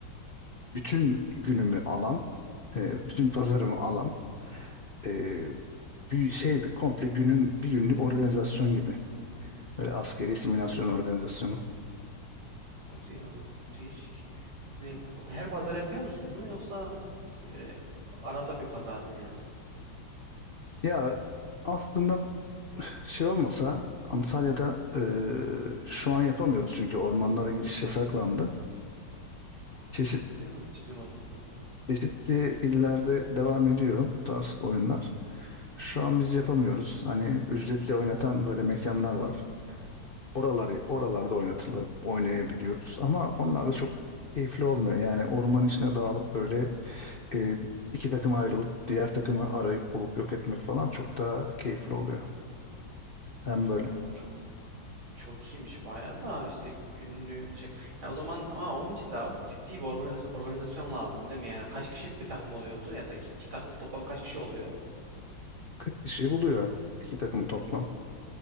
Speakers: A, on the left; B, on the right.
A: bütün günümü alan, e, bütün pazarımı
B: Hı hı.
A: alan e, bir şey bir komple günün bir günlük organizasyon gibi. Böyle askeri simülasyon
B: Hadi ya,
A: organizasyonu.
B: hadi ya, değişik. Ne bu her pazar yapıyor musun bunu yoksa, e, öyle arada bir pazar mı yani?
A: Ya aslında şey olmasa Antalya'da e, şu an yapamıyoruz çünkü ormanlara giriş yasaklandı.
B: A!
A: Çeşitli
B: Öyle mi? Hiç duymadım.
A: Çeşitli illerde devam ediyor bu tarz oyunlar. Şu an biz yapamıyoruz. Hani ücretli oynatan böyle mekanlar var. Oralar, oralarda oynatılır, oynayabiliyoruz. Ama onlar da çok keyifli olmuyor. Yani orman içine dağılıp böyle e, iki takıma ayrılıp diğer takımı arayıp bulup yok etmek falan çok daha keyifli oluyor. Hem böyle
B: A! O çok Çok iyiymiş bayağı da işte gününü şey Ya o zaman ama onun için de ciddi bir organiza- organizasyon lazım değil mi? Yani kaç kişilik bir takım oluyordu ya da iki, iki takım toplam kaç kişi oluyor?
A: kırk kişi buluyor iki takım toplam.
B: O